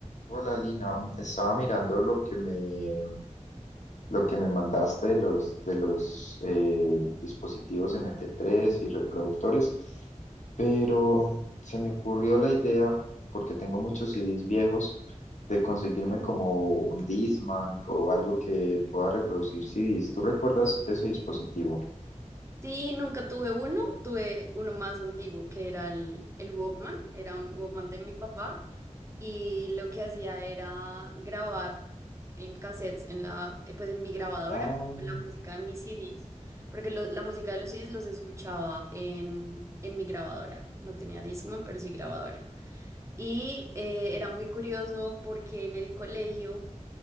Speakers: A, on the left; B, on the right.
A: Hola Lina, Mm, estaba mirando lo que me, lo que me mandaste de los, de los eh, dispositivos MP3 y reproductores, pero se me ocurrió la idea, porque tengo muchos CDs viejos, de conseguirme como un Discman o algo que pueda reproducir CDs. ¿Tú recuerdas ese dispositivo?
B: Sí, nunca tuve uno, tuve uno más antiguo que era el, el Walkman, era un Walkman de mi papá y lo que hacía era grabar en cassettes, en la, eh, pues en mi grabadora,
A: Ah,
B: como la música de mis CDs, porque lo- la música de los CDs los escuchaba en, en mi grabadora, no tenía Discman, pero sí grabadora. Y eh, era muy curioso porque en el colegio